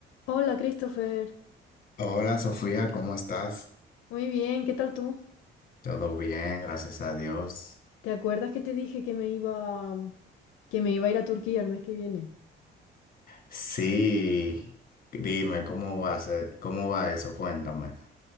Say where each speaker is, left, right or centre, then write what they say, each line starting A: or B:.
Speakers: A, on the left (about 85°); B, on the left (about 45°).
A: Hola, Christopher.
B: Hola Sofía, ¿cómo estás?
A: Muy bien, ¿qué tal tú?
B: Todo bien, gracias a Dios.
A: ¿Te acuerdas que te dije que me iba que me iba a ir a Turquía el mes que viene?
B: Sí, dime, ¿cómo va a ser- cómo va eso? Cuéntame.